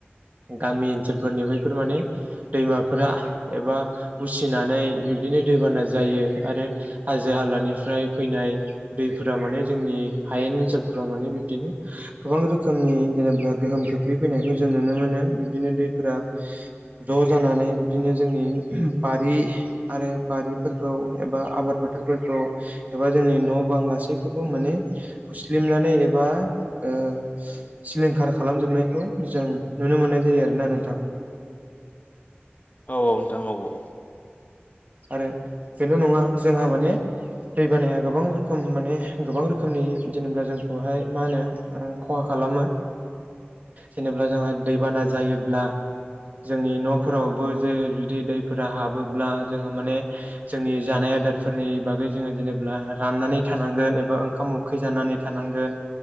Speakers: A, on the right; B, on the left.
A: गामि ओनसोलफोरनि बैफोर माने दैमाफोरा एबा उसिनानै बिबदिनो दैबाना जायो आरो जो हालानिफ्राय फैनाय दैफोरा माने जोंनि हायेन ओनसोलफोराव माने बिब्दिनो गोबां रोखोमनि जेनेबा गोहोम खोख्लैफैनायखौ जों नुनो मोनो बिब्दिनो दैफोरा ज जानानै बिदिनो जोंनि बारि आरो बारिफोरखौ एबा आबाद फोथारफोरखौ एबा जोंनि न' बां गासैखौबो माने हुस्लिमनानै एबा उ सिलिंखार खालामजोबनायखौ जों नुनो मोननाय जायो आरोना नोंथां
B: औ औ नोंथां औ औ।
A: आरो बेल' नङा जोंहा माने दैबानाया गोबां रोखोम माने गोबां रोखोम रोखोमनि जेनेबा जोंखौहाय मा होनो खहा खालामो। जेनेबा जोंहा दैबाना जायोब्ला जोंनि न'फोरावबो जे जुदि दैफोरा हाबोब्ला जोङो माने जोंनि जानाय आदारफोरनि बागै जोङो जेनेबा राननानै थानांगोन एबा ओंखाम उखै जानानै थानांगोन